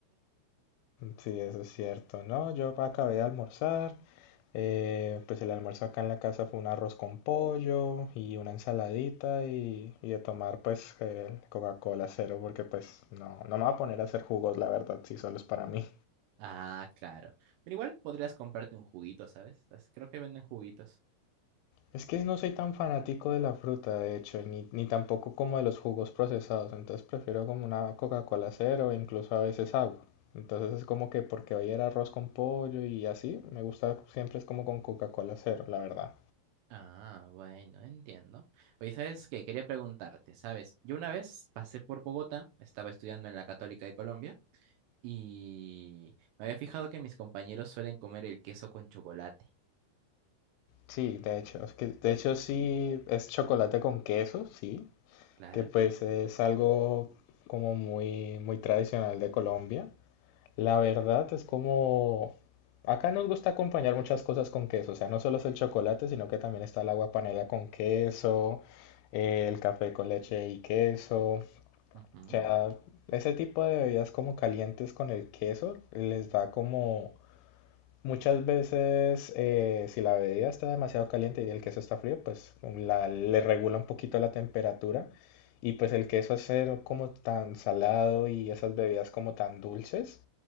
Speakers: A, on the left (about 85°); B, on the right (about 80°).
A: Sí, eso es cierto. No, yo acabé de almorzar. eh, pues el almuerzo acá en la casa fue un arroz con pollo y una ensaladita y, y de tomar pues el Coca-Cola cero porque pues no, no me voy a poner a hacer jugos, la verdad, si solo es para mí.
B: Ah, claro. Pero igual podrías comprarte un juguito, ¿sabes? Las- Creo que venden juguitos.
A: Es que no soy tan fanático de la fruta, de hecho, ni, ni tampoco como de los jugos procesados, entonces prefiero como una Coca-Cola cero, e incluso a veces agua. Entonces es como que porque hoy era arroz con pollo y así, me gusta siempre es como con Coca-Cola cero, la verdad.
B: Ah, bueno, entiendo. Oye, ¿sabes qué? Quería preguntarte, ¿sabes? Yo una vez pasé por Bogotá, estaba estudiando en la Católica de Colombia y me había fijado que mis compañeros suelen comer el queso con chocolate,
A: Sí, de hecho, es que de hecho sí es chocolate con queso, sí,
B: claro.
A: que pues es algo como muy muy tradicional de Colombia. La verdad es como... Acá nos gusta acompañar muchas cosas con queso, o sea, no solo es el chocolate, sino que también está el agua panela con queso, eh, el café con leche y queso. O
B: Ujú.
A: sea, ese tipo de bebidas como calientes con el queso les da como Muchas veces, eh, si la bebida está demasiado caliente y el queso está frío, pues la- le regula un poquito la temperatura. Y pues el queso al ser como tan salado y esas bebidas como tan dulces,